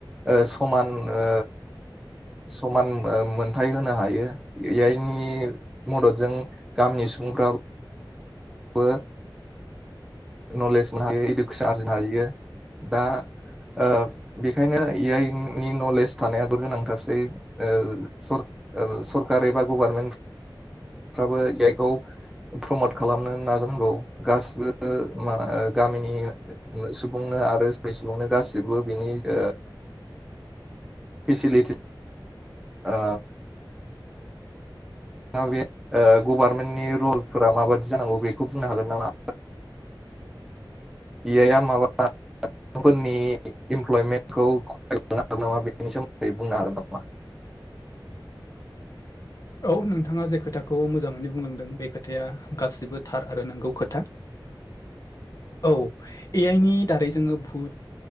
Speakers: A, in the centre; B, on the left.
A: ओ समान ओ समान ओम मोनथाय होनो हायो ए आइ नि मददजों गामिनि सुबुंफोराबो बो नलेज मोननो हायो इडुकेसन आरजिनो हायो। दा ओ बेखायनो ए आइ नि नलेज थानायाबो गोनांथारसै ओ सर ओ सरकार बा गभारनमेन्ट फ्राबो ए आइ खौ प्रमत खालामनो नाजानांगौ। गासिबो ओ मा ओ गामिनि सुबुंनो आरो सुबुंनो गासिबो बिनि ओ <unintelligible> फेसिलिटि ओ ओ गभार्मेन्टनि रलफोरा माबादि जानांगौ बेखौ बुंनो हागोन नामा? ए आइ आ माबा फोरनि इमप्लयमेन्टखौ खमायलांनो हागोन नामा बेनि सोमोन्दै बुंनो हागोन नामा? <inaudible>
B: औ नोंथाङा जे खोथाखौ मोजाङैनो बुंलांदों बे खोथाया गासिबो थार आरो नोंगौ खोथा। औ ए आइ नि दारै जोङो भुथ